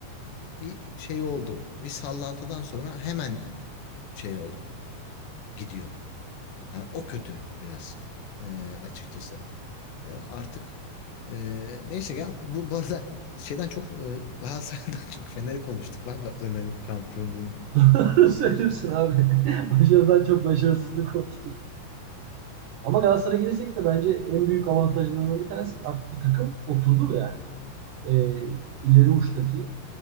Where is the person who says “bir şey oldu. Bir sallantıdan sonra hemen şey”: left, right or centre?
Left